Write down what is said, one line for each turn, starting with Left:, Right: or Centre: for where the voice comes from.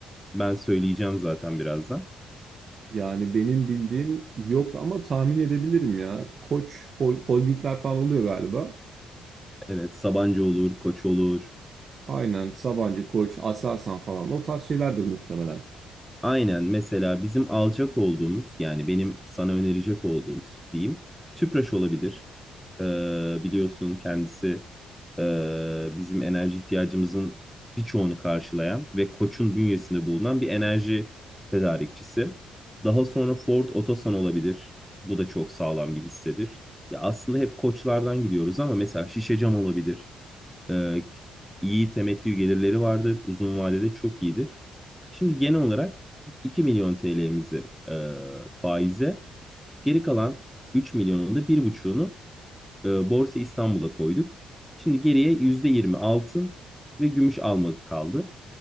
Centre: Ben söyleyeceğim zaten birazdan.
Right: Yani benim bildiğim yok ama tahmin edebilirim ya. Koç hol- holdingler falan oluyor galiba.
Centre: Evet, Sabancı olur, Koç olur.
Right: Aynen Sabancı, Koç, Aselsan falan o tarz şeylerdir muhtemelen.
Centre: Aynen mesela bizim alacak olduğumuz yani benim sana önerecek olduğumuz diyeyim Tüpraş olabilir. Ee, biliyorsun kendisi e, bizim enerji ihtiyacımızın birçoğunu karşılayan ve Koç'un bünyesinde bulunan bir enerji tedarikçisi. Daha sonra Ford Otosan olabilir. Bu da çok sağlam bir hissedir. Ya aslında hep Koçlardan gidiyoruz ama mesela Şişecam olabilir. e, iyi temettü gelirleri vardır. Uzun vadede çok iyidir. Şimdi genel olarak 2 milyon TL'mizi e, faize, geri kalan 3 milyonun da 1,5'unu e, Borsa İstanbul'a koyduk. Şimdi geriye %20 altın ve gümüş almak kaldı.